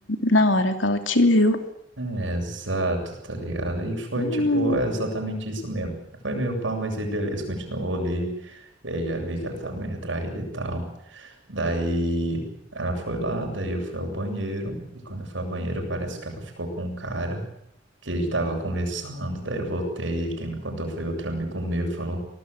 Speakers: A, on the left; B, on the right.
A: na hora que ela te viu.
B: É, exato, tá ligado? E foi
A: Hum.
B: tipo é exatamente isso mesmo. Foi meio pau, mas aí beleza, continuou ali. E aí já vi que ela tava meio retraída e tal. Daí ela foi lá, daí eu fui ao banheiro. E quando eu fui ao banheiro, parece que ela ficou com um cara que a gente tava conversando, daí eu voltei e quem me contou foi outro amigo meu, falou,